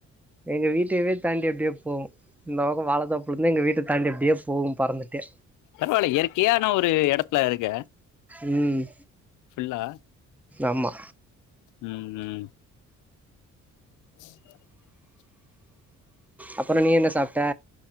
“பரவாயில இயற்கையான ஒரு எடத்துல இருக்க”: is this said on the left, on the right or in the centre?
Left